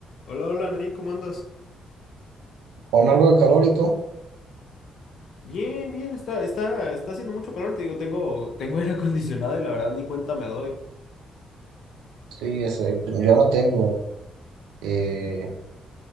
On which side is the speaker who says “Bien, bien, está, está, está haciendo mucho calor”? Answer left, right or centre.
Left